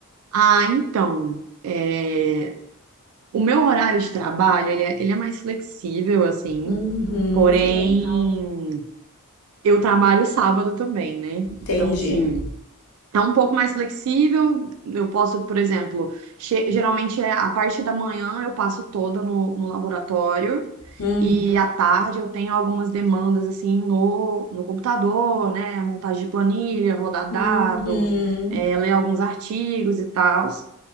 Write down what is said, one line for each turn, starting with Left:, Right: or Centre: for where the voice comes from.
Right: Ah, então, é, o meu horário de trabalho, ele é, ele é mais flexível, assim.
Left: Uhum,
Right: Porém,
Left: que legal.
Right: Eu trabalho sábado também, né? Então,
Left: Entendi.
Right: assim, é um pouco mais flexível. Eu posso, por exemplo, che- geralmente é a parte da manhã eu passo toda no, no laboratório
Left: Uhum,
Right: e à tarde eu tenho algumas demandas, assim, no, no computador, né? Montagem de planilha, rodar
Left: uhum,
Right: dado, eh, ler alguns artigos e tal.